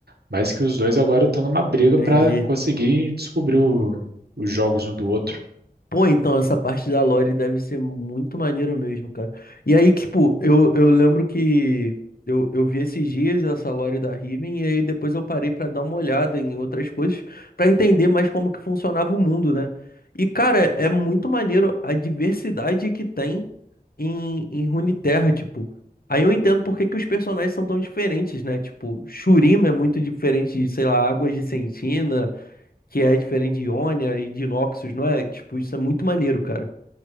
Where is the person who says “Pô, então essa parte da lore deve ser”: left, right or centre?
Left